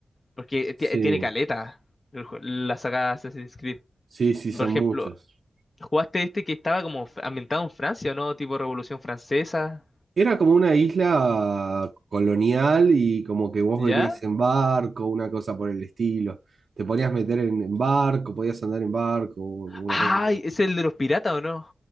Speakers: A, on the left; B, on the right.
A: porque
B: Sí,
A: ti- tiene caleta el jue- la saga Assassin's Creed.
B: sí, sí,
A: Por
B: son
A: ejemplo,
B: muchos.
A: jugaste este que estaba como f- ambientado en Francia, ¿o ¿no? Tipo Revolución Francesa,
B: Era como una isla colonial y como que vos
A: ¿ya?
B: venías en barco, una cosa por el estilo. Te podías meter en, en barco, podías andar en barco, una
A: Ay,
B: cosa por el-
A: es el de los piratas, ¿o no?